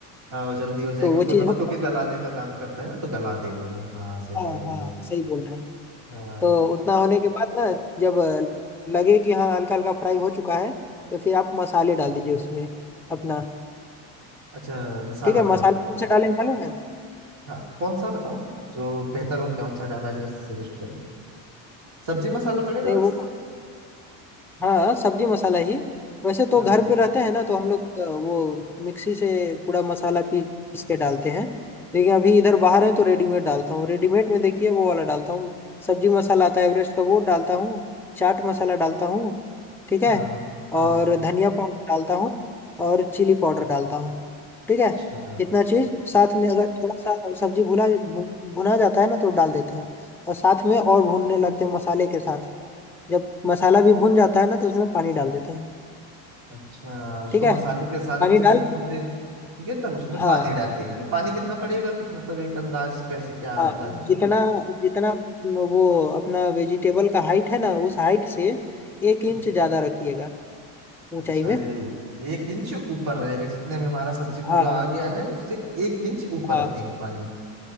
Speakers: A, on the right (about 55°); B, in the centre.
A: हाँ, वो जल्दी हो जाएगा
B: तो वो
A: उसको
B: चीज़
A: नमक
B: हो
A: क्योंकि गलाने का काम करता है ना तो गला देगा वो हाँ सही
B: हाँ
A: कह रहे हो
B: हाँ
A: भाई
B: सही बोल रहे हैं
A: हाँ
B: तो उतना होने के बाद ना जब अ, लगे कि हाँ हल्का हल्का फ्राई हो चुका है तो फिर आप मसाले डाल दीजिए उसमें अपना
A: अच्छा मसाला
B: ठीक है
A: फिर
B: मसाले
A: उसमें
B: कौन से डालें मालूम है
A: हाँ कौन सा बताओ जो बेहतर हो कौन सा डाला जाए सजेस्ट करो सब्जी मसाला पड़ेगा
B: अरे
A: भाई
B: वो हाँ सब्जी मसाला ही वैसे तो
A: हाँ
B: घर पे रहते हैं ना तो हम लोग अ, वो मिक्सी से पूरा मसाला पीस के डालते हैं लेकिन अभी इधर बाहर है तो रेडीमेड डालता हूँ रेडीमेड में देखिए वो वाला डालता हूँ सब्जी मसाला आता है एवरेस्ट का वो डालता हूँ चाट मसाला डालता हूँ ठीक है
A: हाँ हाँ
B: और धनिया पाउडर डालता हूँ और चिली पाउडर डालता हूँ ठीक है
A: अच्छा
B: इतना चीज साथ में अगर थोड़ा सा सब्जी भुला भु- भुना जाता है ना तो डाल देते हैं और साथ में और भूनने लगते हैं मसाले के साथ जब मसाला भी भून जाता है ना तो उसमें पानी डाल देते हैं
A: अच्छा उसको
B: ठीक है
A: मसाले के साथ अच्छे
B: पानी डाल
A: से भून देंगे तब उसमें
B: हाँ
A: पानी डालेंगे पानी कितना पड़ेगा कुछ मतलब एक अंदाज कैसे क्या
B: हाँ
A: अंदाजे की
B: जितना जितना वो अपना वेजिटेबल का हाइट है ना उस हाइट से एक इंच
A: हाँ,
B: ज्यादा रखिएगा ऊंचाई
A: अच्छा
B: में
A: ये एक इंच ऊपर रहेगा जितने में हमारा सब्जी पूरा
B: हाँ
A: आ गया है उससे एक इंच ऊपर
B: हाँ
A: रखेंगे पानी